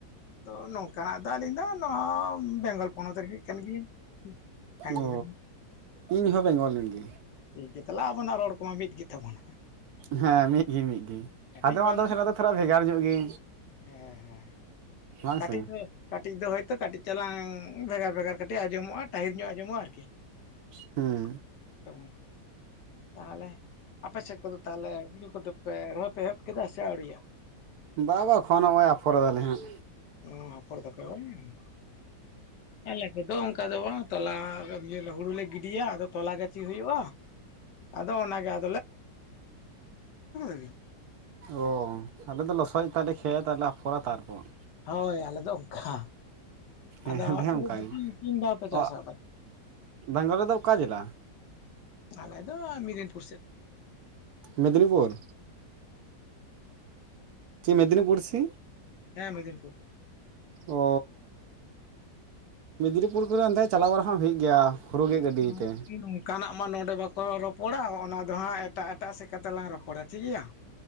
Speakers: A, on the left; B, on the right.
A: ᱛᱚ ᱱᱚᱝᱠᱟᱱᱟᱜ ᱫᱚ ᱟᱹᱞᱤᱧ ᱫᱚ ᱱᱚᱶ ᱵᱮᱝᱜᱚᱞ ᱯᱚᱱᱚᱛ ᱨᱤᱱᱤᱡ ᱠᱟᱱ ᱜᱮᱭᱟᱧ ᱥᱟᱺᱜᱤᱧ
B: ᱚ
A: ᱨᱮ
B: ᱤᱧ ᱦᱚᱸ ᱵᱮᱝᱜᱚᱞ ᱨᱮᱱ ᱜᱮ
A: ᱴᱷᱤᱠ ᱜᱮᱭᱟ ᱛᱟᱞᱦᱮ ᱟᱵᱚᱱᱟᱜ ᱨᱚᱲ ᱠᱚᱦᱟ ᱢᱤᱫ ᱜᱮ ᱛᱟᱵᱚᱱᱟ
B: ᱦᱮᱸ ᱢᱤᱫ ᱜᱤ ᱢᱤᱫ ᱜᱤ
A: ᱠᱟᱹᱴᱤᱡ
B: ᱟᱫᱚᱢ
A: ᱵᱟᱝ
B: ᱟᱫᱚᱢ ᱡᱟᱜᱟ ᱫᱚ ᱛᱷᱚᱲᱟ ᱵᱷᱮᱜᱟᱨ ᱧᱚᱜ ᱜᱮ
A: ᱦᱮᱸ ᱦᱮᱸ
B: ᱵᱟᱝ
A: ᱠᱟᱹᱴᱤᱡ
B: ᱥᱮ
A: <unintelligible> ᱠᱟᱹᱴᱤᱡ ᱫᱚ ᱦᱳᱭᱛᱚ ᱠᱟᱹᱴᱤᱡ ᱪᱟᱞᱟᱜ ᱵᱷᱮᱜᱟᱨ ᱵᱷᱮᱜᱟᱨ ᱠᱟᱹᱴᱤᱡ ᱟᱸᱡᱚᱢᱚᱜᱼᱟ ᱴᱟᱦᱤᱨ ᱧᱚᱜ ᱟᱸᱡᱚᱢᱼᱟ ᱟᱨ ᱠᱤ
B: ᱦᱩᱸ
A: <inaudible> ᱛᱟᱦᱚᱹᱞᱮ ᱟᱯᱮ ᱥᱮᱫ ᱠᱚᱫᱚ ᱛᱟᱦᱚᱞᱮ ᱦᱩᱲᱩ ᱠᱚᱫᱚ ᱯᱮ ᱨᱚᱦᱚᱭ ᱯᱮ ᱮᱦᱚᱵ ᱠᱮᱫᱟ ᱥᱮ ᱟᱹᱣᱨᱤᱭᱟᱜ
B: ᱵᱟ ᱵᱟ ᱯᱷᱚᱱ ᱟᱢᱟᱭ ᱦᱟᱜ ᱟᱯᱷᱚᱨ ᱫᱟᱞᱮ ᱦᱟᱜ᱾
A: ᱚ ᱟᱯᱷᱚᱨ ᱫᱟᱯᱮ ᱵᱟᱝ ᱟᱞᱮ ᱠᱚᱫᱚ ᱚᱱᱠᱟ ᱫᱚ ᱵᱟᱝ ᱛᱚᱞᱟ <inaudible> ᱦᱩᱲᱩ ᱞᱮ ᱜᱤᱰᱤᱭᱟ ᱟᱫᱚ ᱛᱚᱞᱟ ᱜᱟᱹᱪᱷᱤ ᱦᱩᱭᱩᱜᱼᱟ᱾ ᱟᱫᱚ ᱚᱱᱟ ᱜᱮ ᱟ ᱵᱤᱱ
B: ᱚ ᱟᱞᱮ ᱫᱚ ᱞᱚᱥᱚᱫ ᱮᱫᱟᱞᱮ ᱠᱷᱮᱛ <inaudible> ᱯᱷᱚᱲᱟ ᱛᱟᱨᱯᱚᱨ
A: ᱦᱳᱭ ᱟᱞᱮ ᱫᱚ ᱚᱝᱠᱟ
B: ᱦᱮᱸ
A: ᱟᱫᱚ
B: ᱟᱞᱮ
A: ᱟᱯᱮ
B: ᱦᱚᱸ ᱚᱱᱠᱟ ᱜᱮ
A: <inaudible> ᱛᱤᱱ ᱫᱷᱟᱶ ᱯᱮ ᱪᱟᱥ
B: ᱚ
A: <inaudible>
B: ᱵᱮᱝᱜᱚᱞ ᱨᱮᱫᱚ ᱚᱠᱟ ᱡᱮᱹᱞᱟ?
A: ᱟᱞᱮ ᱫᱚ ᱢᱤᱫᱫᱤᱱᱯᱩᱨ ᱥᱮᱫ
B: ᱢᱮᱫᱱᱤᱯᱩᱨ ᱪᱮ ᱢᱮᱫᱱᱤᱯᱩᱨ ᱥᱤ
A: ᱦᱮᱸ ᱢᱮᱫᱫᱤᱱᱯᱩᱨ
B: ᱚ ᱢᱮᱫᱽᱱᱤᱯᱩᱨ ᱠᱚᱨᱮ ᱚᱱᱛᱮ ᱪᱟᱞᱟᱣ ᱵᱟᱲᱟ ᱦᱚ ᱦᱩᱭᱩᱜ ᱜᱮᱭᱟ᱾ ᱦᱩᱲᱩ ᱜᱮᱫ ᱜᱟᱹᱰᱤ
A: <inaudible>
B: ᱛᱮ
A: ᱱᱚᱝᱠᱟᱱᱟᱜ ᱢᱟ ᱱᱚᱰᱮ ᱵᱟᱠᱚ ᱨᱚᱯᱚᱲᱟ ᱚᱱᱟ ᱫᱚ ᱦᱟᱸᱜ ᱮᱴᱟᱜ ᱮᱴᱟᱜ ᱥᱮᱫ ᱠᱟᱛᱮᱜ ᱞᱟᱝ ᱨᱚᱯᱚᱲᱟ ᱴᱷᱤᱠ ᱜᱮᱭᱟ᱾